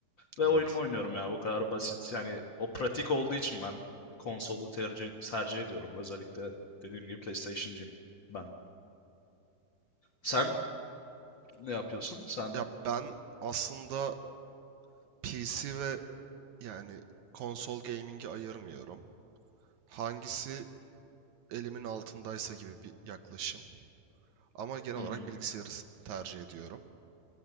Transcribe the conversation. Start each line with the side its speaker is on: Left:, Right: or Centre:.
Left: ve
Right: Evet.
Left: oyunumu oynuyorum ya. Bu kadar basit. Yani o pratik olduğu için ben konsolu tercih, tercih ediyorum. Özellikle dediğim gibi PlayStation'cıyım ben. Sen ne yapıyorsun? Sen
Right: Ya ben aslında PC ve yani konsol gaming'i ayırmıyorum. Hangisi elimin altındaysa gibi bir yaklaşım. Ama genel
Left: Hı
Right: olarak
Left: hı,
Right: bilgisayarı tercih ediyorum.